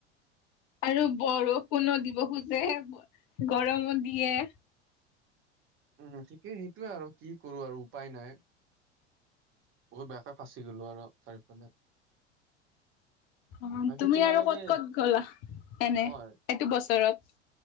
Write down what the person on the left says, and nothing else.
আৰু বৰষুণো দিব খোজে, গৰমো দিয়ে।
অ
তুমি
আৰু ক'ত ক'ত গ'লা এনে
এইটো বছৰত?